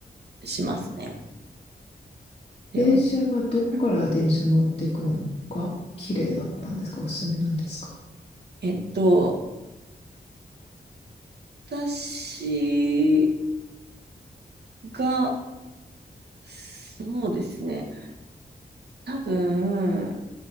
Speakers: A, on the right; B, on the left.
A: しますね。では、
B: 電車はどこから電車乗っていくのが綺麗だったんですかおすすめなんですか
A: うんえっと、私が、そうですね、多分、